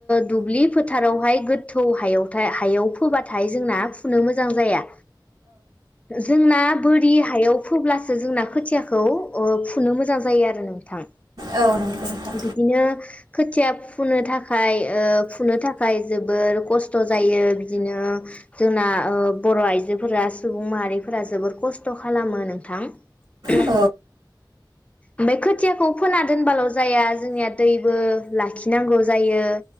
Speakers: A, on the left; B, on the right.
A: दुब्लि फोथारावहाय गोथौ हायावथाय हायाव फोबाथाय नाथाय जोंना फुनो मोजां जाया। <unintelligible> जोंना बोरि हायाव फोब्लासो जोंना खोथियाखौ ओ फुनो मोजां जायो आरो नोंथां।
B: औ नंगौ नोंथां
A: बिदिनो खोथिया फुनो थाखाय ओ फुनो थाखाय जोबोर खस्थ' जायो बिदिनो जोंना ओ बर' आइजोफोरा सुबुं माहारिफोरा जोबोर खस्थ' खालामो नोंथां। <unintelligible>
B: औ
A: ओमफ्राय खोथियाखौ फोना दोनबाल' जाया जोंनिया दैबो लाखिनांगौ जायो